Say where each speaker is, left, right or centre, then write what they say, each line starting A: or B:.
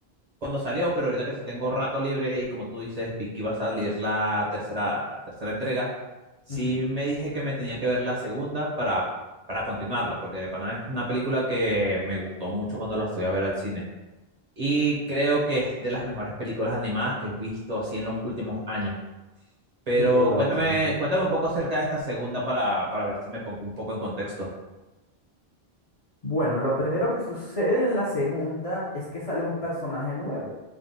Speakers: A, on the right; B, on the left.
A: cuando salió, pero ahorita que sí tengo rato libre y como tú dices, Vicky va a salir la tercera, la tercera entrega, sí
B: Ujú.
A: me dije que me tenía que ver la segunda para, para continuarla, porque de pana es una película que me gustó mucho cuando la fui a ver al cine y creo que es de las mejores películas animadas que he visto así en los últimos años. Pero
B: sin duda,
A: cuéntame,
B: sin duda.
A: cuéntame un poco acerca de esta segunda para, para ver si me pongo un poco en contexto.
B: Bueno, lo primero que sucede en la segunda es que sale un personaje nuevo.